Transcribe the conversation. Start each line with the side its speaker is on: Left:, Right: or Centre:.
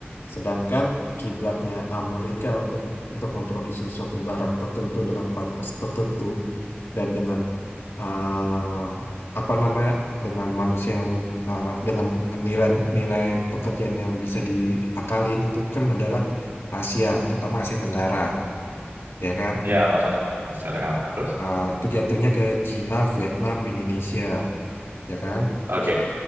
Left: Sedangkan kiblatnya Amerika untuk untuk memproduksi suatu barang tertentu dengan kualitas tertentu dan dengan eh, apa namanya dengan manusia yang eh, dengan nilai nilai pekerjaan yang bisa diakalin itu kan adalah Asia, terutama Asia Tenggara, ya kan?
Right: Ya, masa masa akal. Terus.
Left: Nah, itu jatuhnya ke Cina, Vietnam, Indonesia, ya kan?
Right: Oke,